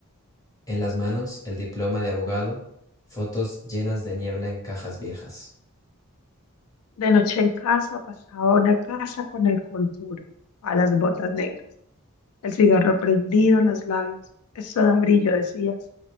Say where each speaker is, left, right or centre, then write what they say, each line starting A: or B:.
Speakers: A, on the left; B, on the left.
A: en las manos el diploma de abogado, fotos llenas de niebla en cajas viejas.
B: De noche en casa pasaba una casa con el col puro, a las botas negras, el cigarro prendido en los labios. Eso da brillo, decías,